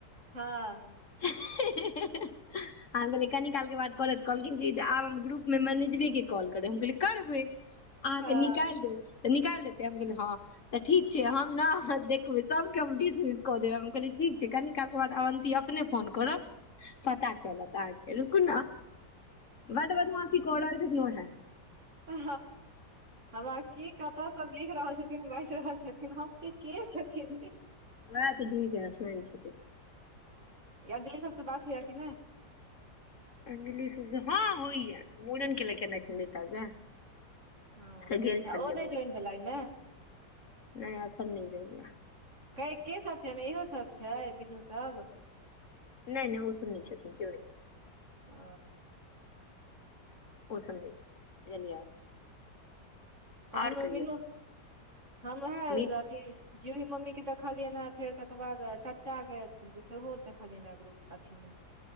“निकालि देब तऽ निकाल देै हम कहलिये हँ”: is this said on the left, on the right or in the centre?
Left